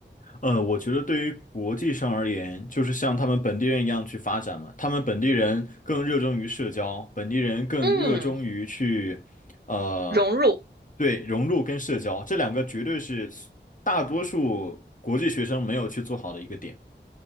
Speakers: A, on the left; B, on the right.
A: 呃，我觉得对于国际上而言，就是像他们本地人一样去发展嘛。他们本地人更热衷于社交，本地人更热衷于去，
B: 嗯，
A: 呃，
B: 融入，
A: 对，融入跟社交，这两个绝对是大多数国际学生没有去做好的一个点。